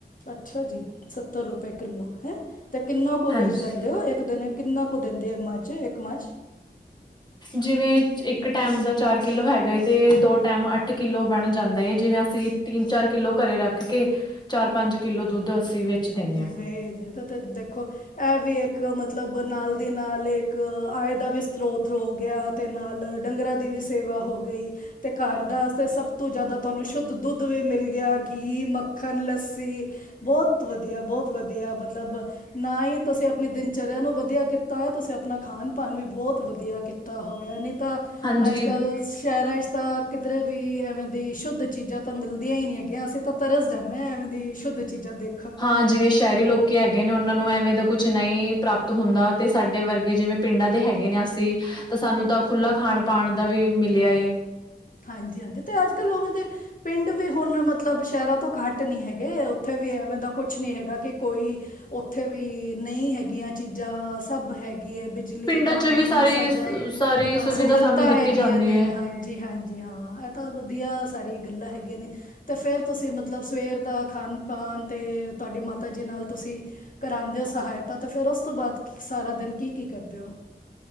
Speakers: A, on the left; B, on the left.
A: ਅੱਛਾ, ਜੀ ਸੱਤਰ ਰੁਪਏ ਕਿੱਲੋ ਹੈਂ। ਤੇ ਕਿੰਨਾ ਕੁ ਵੇਚ
B: ਹਾਂਜੀ,
A: ਲੈਂਦੇ ਹੋ ਇੱਕ ਦਿਨ ਕਿੰਨਾ ਕੁ ਦਿੰਦੇ ਹੈ ਮੱਝ ਇੱਕ ਮੱਝ
B: ਜਿਵੇਂ ਇੱਕ ਟੈਮ ਦਾ ਚਾਰ ਕਿਲੋ ਹੈਗਾ ਤੇ ਦੋ ਟੈਮ ਅੱਠ ਕਿੱਲੋ ਬਣ ਜਾਂਦਾ ਹੈ ਜਿਵੇਂ ਅਸੀਂ ਤਿੰਨ ਚਾਰ ਕਿੱਲੋ ਘਰੇ ਰੱਖ ਕੇ ਚਾਰ ਪੰਜ ਕਿੱਲੋ ਦੁੱਧ ਵੇਚ ਦਿੰਦੇ
A: ਹਮ
B: ਹਾਂ
A: ਵੇਚ ਦੇਨੇ ਅਤੇ ਦੇਖੋ ਇਹ ਵੀ ਇੱਕ ਮਤਲਬ ਨਾਲ ਦੀ ਨਾਲ ਇੱਕ ਆਏ ਦਾ ਵੀ ਸਰੋਤ ਹੋ ਗਿਆ ਅਤੇ ਨਾਲ ਡੰਗਰਾਂ ਦੀ ਵੀ ਸੇਵਾ ਹੋ ਗਈ ਅਤੇ ਘਰ ਦਾਸਤੇ ਸਭ ਤੋਂ ਜ਼ਿਆਦਾ ਤੁਹਾਨੂੰ ਸ਼ੁੱਧ ਦੁੱਧ ਵੀ ਮਿਲ ਗਿਆ ਘੀ ਮੱਖਣ ਲੱਸੀ ਬਹੁਤ ਬਹੁਤ ਵਧੀਆ ਬਹੁਤ ਵਧੀਆ ਮਤਲਬ ਨਾ ਹੀ ਤੁਸੀਂ ਆਪਣੀ ਦਿਨਚਰਿਆ ਨੂੰ ਵਧੀਆ ਕੀਤਾ ਹੋ ਤੁਸੀਂ ਆਪਣਾ ਖਾਣ ਪਣ ਵੀ ਬਹੁਤ ਵਧੀਆ ਕੀਤਾ ਹੋਇਆ ਨੇ ਤਾਂ
B: ਹਾਂਜੀ
A: ਅੱਜ ਕੱਲ੍ਹ ਸ਼ਹਿਰਾਂ 'ਚ ਤਾਂ ਕਿਧਰੇ ਵੀ ਐਵੇਂ ਦੀ ਸ਼ੁੱਧ ਚੀਜ਼ਾਂ ਤਾਂ ਮਿਲਦੀਆਂ ਹੀ ਨਹੀਂ ਹੈਗੀਆਂ ਅਸੀਂ ਤਾਂ ਤਰਸ ਜਾਂਦੇ ਹਾਂ ਐਵੇਂ ਦੀ ਸ਼ੁੱਧ ਚੀਜ਼ਾਂ ਦੇ
B: ਹਾਂ ਜਿਵੇਂ ਸ਼ਹਿਰੀ ਲੋਕੀ ਹੈਗੇ ਨੇ ਉਹਨਾਂ ਨੂੰ ਐਵੇਂ ਦਾ ਕੁਛ ਨਹੀਂ ਪ੍ਰਾਪਤ ਹੁੰਦਾ ਤੇ ਸਾਡੇ ਵਰਗੇ ਜਿਵੇਂ ਪਿੰਡਾਂ ਦੇ ਹੈਗੇ ਨੇ ਅਸੀਂ ਤਾਂ ਸਾਨੂੰ ਤਾਂ ਖੁੱਲ੍ਹਾ ਖਾਣ ਪਾਣ ਦਾ ਵੀ ਮਿਲਿਆ ਏ
A: ਹਾਂਜੀ ਹਾਂਜੀ ਤੇ ਅੱਜ ਕੱਲ ਉਵੇਂ ਦੇ ਪਿੰਡ ਵੀ ਹੁਣ ਮਤਲਬ ਸ਼ਹਿਰਾਂ ਤੋਂ ਘੱਟ ਨੀ ਹੈਗੇ ਉੱਥੇ ਵੀ ਐਵੇਂ ਦਾ ਕੁਛ ਨੀ ਹੈਗਾ ਕਿ ਕੋਈ ਉੱਥੇ ਵੀ ਨਹੀਂ ਹੈਗੀਆਂ ਚੀਜ਼ਾਂ ਸਭ ਹੈ ਹੈਗੀ ਹੈ ਬਿਜਲੀ
B: ਪਿੰਡਾਂ
A: ਪਾਣੀ
B: ਚ ਵੀ ਸਾਰੀ
A: ਸਭ
B: ਸਾਰੀ
A: ਹਾਂ
B: ਸੁਵਿਧਾ
A: ਸਹੂਲਤਾਂ
B: ਸਾਨੂੰ ਦਿੱਤੀ
A: ਹੈਗੀਆਂ
B: ਜਾਂਦੀ
A: ਨੇ
B: ਹੈ
A: ਹਾਂਜੀ ਹਾਂਜੀ ਇਹ ਤਾਂ ਵਧੀਆ ਸਾਰੀ ਗੱਲਾਂ ਹੈਗੀਆਂ ਨੇ ਤੇ ਫੇਰ ਤੁਸੀਂ ਮਤਲਬ ਸਵੇਰ ਦਾ ਖਾਾਨ ਪਾਨ ਤੇ ਤੁਹਾਡੀ ਮਾਤਾ ਜੀ ਨਾਲ ਤੁਸੀਂ ਕਰਾਉਂਦੇ ਹੋ ਸਹਾਇਤਾ ਤੇ ਫਿਰ ਉਸ ਤੋਂ ਬਾਅਦ ਸਾਰਾ ਦਿਨ ਕੀ ਕੀ ਕਰਦੇ ਹੋ